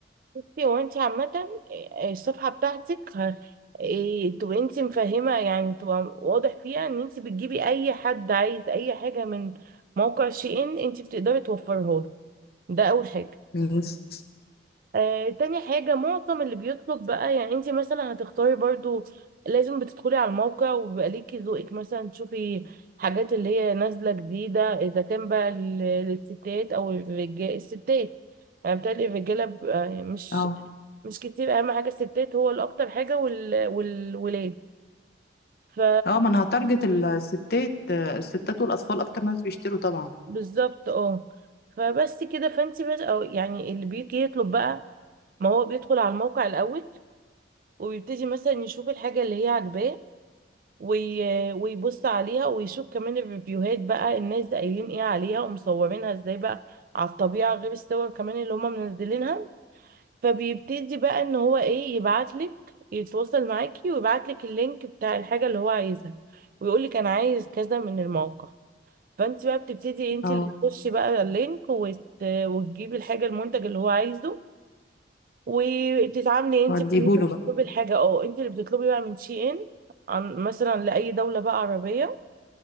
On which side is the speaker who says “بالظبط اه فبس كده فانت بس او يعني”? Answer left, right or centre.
Right